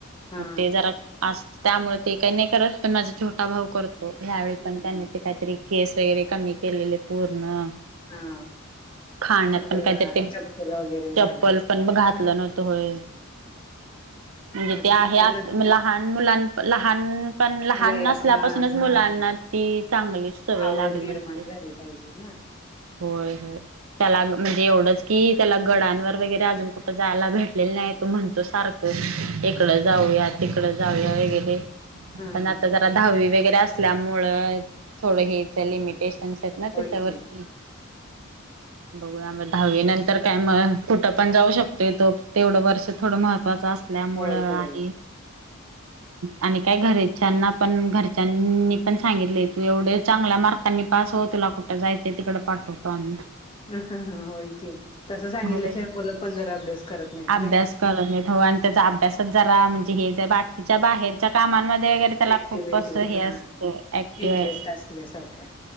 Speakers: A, on the left; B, on the right.
A: हा.
B: मग ते जरा अस त्यामुळे ते काय काही नाही करत पण माझा छोटा भाऊ करतो ह्यावेळी
A: हम्म
B: पण त्यानी ते काहीतरी केस वैगरे कमी केलेले पूर्ण
A: हा
B: खाण्यात
A: चप्पल
B: पण काहीतरी
A: घा
B: ते
A: चप्पल वगैरे
B: चप्पल
A: घालायच
B: पण
A: नाही
B: घातलं नव्हतं त होय
A: <unintelligible>
B: म्हणजे ते आहे आत लहान मुलां लहान पण लहान
A: वयात
B: असल्यापासूनच
A: हा
B: मुलांना ती चांगली सवय
A: आवड
B: लागली
A: निर्माण
B: होती
A: झाली पाहिजे ना
B: होय होय त्याला म्हणजे एवढंच की त्याला गडांवर वगैरे अजून कुठं जायला भेटलेलं नाही तो म्हणतो सारखं इकड
A: हा
B: जाऊया तिकड जाऊया वगैरे
A: हा
B: पण
A: हा
B: आता
A: हा
B: जरा दहावी वगैरे अस ल्यामुळे थोड हे लिमिटेशनस
A: हा
B: आहेत ना त्याच्यावरती
A: होय की
B: बघू आम्ही दहावी नंतर काय मग कुठं पण जाऊ शकते तो तेवढं वर्ष थोडं महत्वाचं असत असल्यामुळे
A: होय
B: आहे.
A: होय <inaudible>
B: आणि काय घरच्यांना पण, घरच्यांनी पण सांगितले तू एवढे चांगल्या मार्कांनी पा स हो तुला कुठे, जायचं तिकडे पाठवतो आम्ही.
A: ह ह ह होय की, तसं सांगितल्याशिवाय
B: होय
A: मुलं पण जरा अभ्यास करत नाहीत
B: अभ्यास
A: नी.
B: करत नाहीत हो आणि अभ्यासात जरा, म्हणजे हे बाकीच्या बाहेरच्या कामांनमध्ये, गैरे त्याला
A: ऍक्टिव्हिटीत
B: खूप अस हे असतंय
A: हा
B: ऍक्टिव
A: इंटरेस्ट
B: हाय.
A: असल्यासारखा